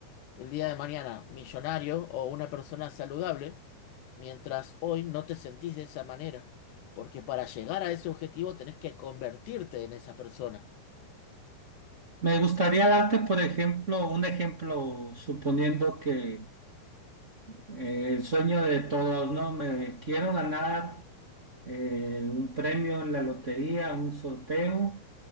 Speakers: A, on the left; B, on the right.
A: el día de mañana millonario o una persona saludable, mientras hoy no te sentís de esa manera, porque para llegar a ese objetivo tenés que convertirte en esa persona.
B: Me gustaría darte, por ejemplo, un ejemplo, suponiendo que eh, el sueño de todos, ¿no? Me quiero ganar eh, un premio en la lotería, un sorteo,